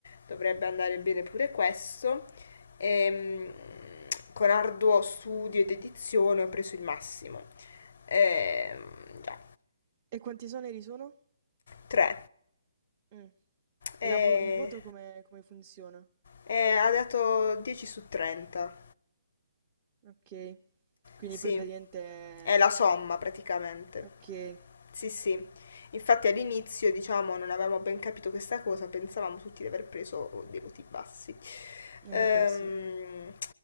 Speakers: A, on the left (about 60°); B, on the right (about 35°).
A: dovrebbe andare bene pure questo. Ehm, con arduo studio ed edizione ho preso il massimo. Ehm, già,
B: E quanti esoneri sono?
A: 3.
B: Mm.
A: E,
B: E la vo- il voto come, come funziona?
A: e ha dato 10 su 30.
B: Ok. Quindi
A: Sì,
B: poi praticamente... è-
A: è la somma praticamente.
B: Ok.
A: Sì, sì. Infatti all'inizio, diciamo, non avevamo ben capito questa cosa, pensavamo tutti di aver preso dei voti bassi. Ehm,
B: Eh beh sì.